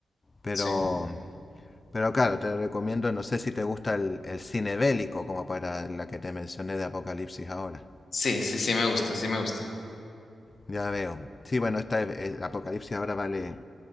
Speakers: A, on the left; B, on the left.
A: pero,
B: sí.
A: pero claro, te recomiendo, no sé si te gusta el, el cine bélico como para la que te mencioné de Apocalipsis ahora.
B: Sí, sí, sí me gusta, sí me gusta.
A: Ya veo. Sí, bueno, esta es- Apocalipsis ahora vale,